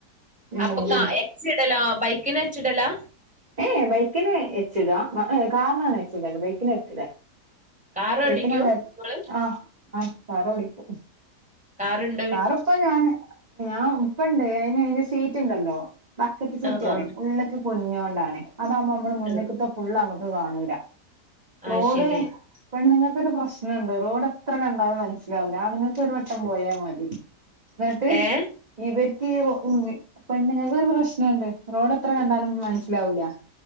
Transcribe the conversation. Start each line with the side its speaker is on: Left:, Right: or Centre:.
Right: ഉം
Centre: അപ്പൊ കാ എച്ചിടലാ ബൈക്കിന് എച്ചിടലാ
Right: ഏയ് ബൈക്കിന് എച്ചിടാ കാറിനാണ് എച്ചിടത് ബൈക്കിന് എച്ചില്ല
Centre: കാറോടിക്കും
Right: ബൈക്കിനാണ്
Centre: ഇങ്ങള്?
Right: ആഹ് ആഹ് കറോടിക്കും
Centre: കാറുണ്ട്
Right: കാർ ഇപ്പ ഞാന് ഞാൻ ഇപ്പ ഇണ്ട് അതി അതിന്റെ സീറ്റ് ഉണ്ടല്ലോ ബക്കറ്റ് സീറ്റ്
Centre: ആഹ് ആഹ്.
Right: റയും ഉള്ളൊക്ക് പൊതിഞ്ഞോണ്ടാണേ അതാവുമോ നമ്മള് മുന്നക്ക
Centre: ആഹ്.
Right: ഫുള് നമുക്ക് കാണൂല്ല റോഡ്
Centre: അത് ശരി.
Right: പെണ്ണുങ്ങൾക്ക് ഒരു പ്രശ്നണ്ട് റോഡ് എത്ര കണ്ടാലും മനസ്സിലാവൂല ആണുങ്ങൾക്ക് ഒരു വട്ടം പോയാൽ മതി എന്നിട്ട്
Centre: ഏഹ്?
Right: ഇവർക്ക് റോ പെണ്ണുങ്ങൾക്ക് ഒരു പ്രശ്നുണ്ട് റോഡ് എത്ര കണ്ടാലും മനസ്സിലാവൂല്ല